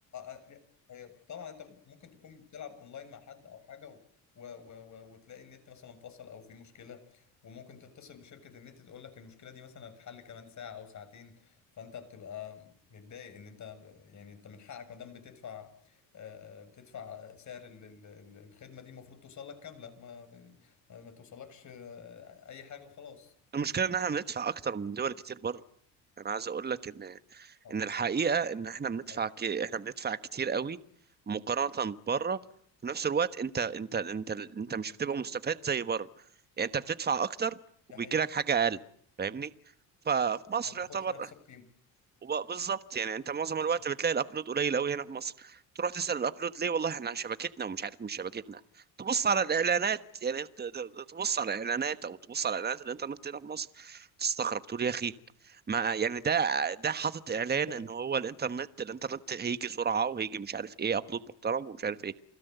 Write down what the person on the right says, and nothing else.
المشكله ان احنا بندفع اكتر من دول كتير بره انا عايز اقول لك ان
ان الحقيقه ان احنا بندفع
ك... احنا بندفع كتير قوي مقارنه بره في نفس الوقت انت انت انت انت مش بتبقى مستفاد زي بره يعني انت بتدفع اكتر
وبيجي
لك حاجه اقل فاهمني ففي مصر
يعتبر
وب- بالظبط يعني انت
معظم
الوقت
بتلاقي الابلود قليل قوي هنا في مصر تروح تسأل الابلود ليه والله احنا عن شبكتنا ومش عارف مش شبكتنا تبص على الاعلانات يعني ت- ت- تبص على الاعلانات او تبص على اعلانات الانترنت هنا في مصر تستغرب تقول يا اخي ما يعني ده ده حاطط اعلان
ان هو الانترنت الانترنت هيجي سرعة وهيجي مش عارف ايه ابلود محترم ومش عارف ايه